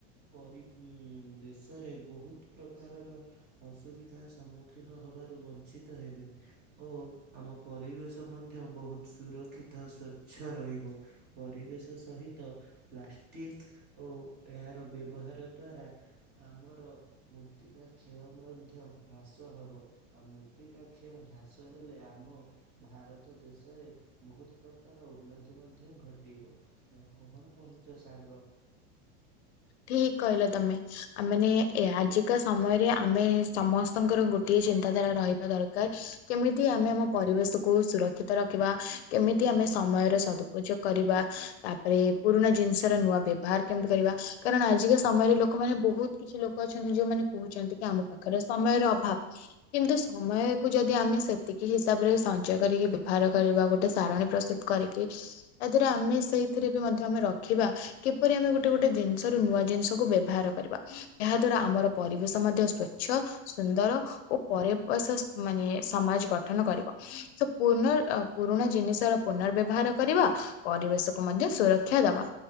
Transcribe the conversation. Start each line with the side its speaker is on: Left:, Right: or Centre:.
Right: ପରି ଉଁମ୍ ବେଶରେ ବୋହୁତ ପ୍ରକାରର ଅସୁବି ଧା ସମ୍ମୁଖୀନ ହବାରୁ ବଞ୍ଚିତ ହେବେ। ଓ ଆମ ପରିବେଶ ମଧ୍ୟ ବୋହୁତ ସୁରକ୍ଷିତ ସ୍ୱଚ୍ଛ ରହିବ। ପରିବେଶ ସହିତ ପ୍ଲାଷ୍ଟିକ ଓ ଏହାର ବ୍ୟବହାର ଦ୍ଵାରା ଆମର ମୂର୍ତ୍ତିକା କ୍ଷୟ ମଧ୍ୟ ହ୍ରାସ ହବ ଆ ମୃତ୍ତିକା କ୍ଷୟ ହ୍ରାସ ହେଲେ ଆମ ଭାରତ ଦେଶରେ ବହୁତ ପ୍ରକାର ଉନ୍ନତି ମଧ୍ୟ ଘଟିବ। ନା କହଣ କହୁଛ ସାଙ୍ଗ?
Left: ଠିକ୍ କହିଲ ତମେ ଆମ୍ ମାନେ ଏ ଆଜିକା ସମୟରେ ଆମେ ସମସ୍ତଙ୍କର ଗୋଟିଏ ଚିନ୍ତାଧାରା ରହିବା ଦରକାର। କେମିତି ଆମେ ଆମ ପରିବେଶକୁ ସୁରକ୍ଷିତ ରଖିବା କେମିତି ଆମେ ସମୟରେ ସଦ୍ ଉପଯୋଗ୍ କରିବା ତାପରେ ପୁରୁଣା ଜିନିଷ ର ନୂଆ ବ୍ୟବହାର କେମିତି କରିବା କାରଣ ଆଜିକା ସମୟରେ ଲୋକମାନେ ବୋହୁତ କିଛି ଲୋକ ଅଛନ୍ତି ଯୋଉମାନେ କହୁଛନ୍ତି କି ଆମ ପାଖରେ ସମୟର ଅଭାବ। କିନ୍ତୁ ସମୟକୁ ଯଦି ଆମେ ସେତିକି ହିସାବରେ ସଞ୍ଚୟ କରିକି ବ୍ୟବହାର କରିବା ଗୋଟେ ସାରଣୀ ପ୍ରସ୍ତୁତ୍ କରିକି ତା ଦ୍ଵାରା ଆମେ ସେଇଥିରେ ବି ମଧ୍ୟ ଜ ଆମେ ରଖିବା କିପରି ଆମେ ଗୋଟେ ଗୋଟେ ଜିନିଷ ର ନୂଆ ଜିନିଷକୁ ବ୍ୟବହାର କରିବା। ଏହା ଦ୍ଵାରା ଆମର ପରିବେଶ ମଧ୍ୟ ସ୍ଵଚ୍ଛ ସୁନ୍ଦର ଓ ପରେ ବେସସ୍ ମାନେ ସମାଜ ଗଠନ କରିବ ସ ପୁନର ଅ ପୁରୁଣା ଜିନିଷର ପୁନର ବ୍ୟବହାର କରିବ ପରିବେଶକୁ ମଧ୍ୟ ସୁର କକ୍ଷା ଦବା